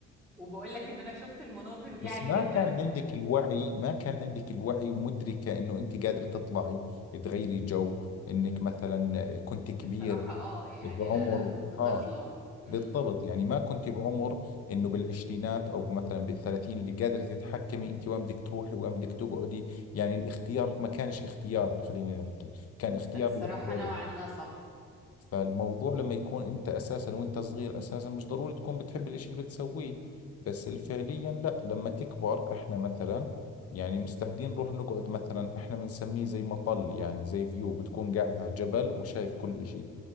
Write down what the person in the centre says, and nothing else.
وباقول لك إن أنا شُفت المناظر دي
عادي
جدًا.
الصراحة آه، يعني
لا، لأ، كنت طفلة،
إمم،
إمم.
الصراحة
نوعًا ما صح،